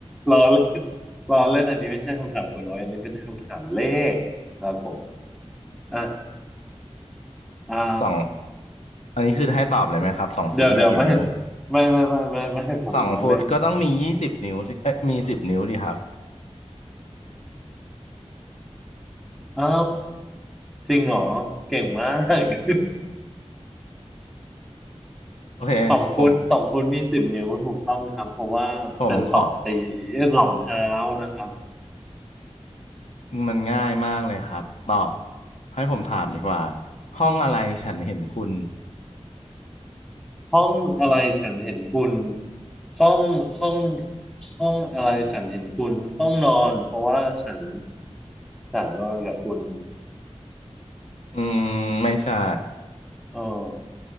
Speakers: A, in the centre; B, on the left.
A: รอเล่นรอเล่นอันนี้ไม่ใช่คำถามคุณโอ้อยอันนี้เป็นคำถามเลขครับผมอ่ะอ่า
B: สองอันนี้คือให้ตอบเลยไหมครับสองฟุตมีกี่นิ้ว
A: เดี๋ยวเดี๋ยวไม่ ไม่ไม่ไม่ไม่ไม่ผมล้อเล่น
B: สองฟุตก็ต้องมียี่สิบนิ้วสิเอ้ยมีสิบนิ้วดีครับ
A: เอ้า จริงเหรอเก่งมาก <laughs>
B: โอเคผม
A: สองฟุตสองฟุตมีสิบนิ้วถูกต้องครับเพราะว่าเป็นสองตี
B: ผมขอ
A: สองเท้านะครับ
B: มันง่ายมากเลยครับ ต่อให้ผมถามดีกว่า ห้องอะไรฉันเห็นคุณ
A: ห้องอะไรฉันเห็นคุณห้องห้องห้องอะไรฉันเห็นคุณห้องนอนเพราะว่าฉันฉันนอนกับคุณ
B: อืมไม่ใช่
A: เออ